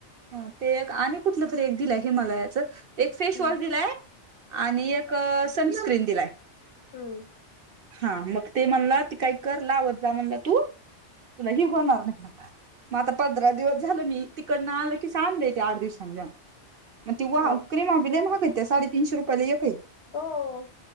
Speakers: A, on the right (about 55°); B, on the left (about 65°).
A: हा ते आणि कुठलं तरी एक दिलंय हिमालयाचं एक फेसवॉश
B: हम्म
A: दिलाय आणि एक सनस्क्रीन दिलाय.
B: हम
A: हा मग ते म्हणला ती काही कर लावत जा म्हणला तू तुला हि होणार नाही. मग आता पंधरा दिवस झालं मी तिकडनं आलं की सां आणलं ते आठ दिवसां जाऊन. मग ती वा
B: हा
A: क्रीम आपले महागय त्या साडेतीीनशे रुपयाला एक काय
B: हो,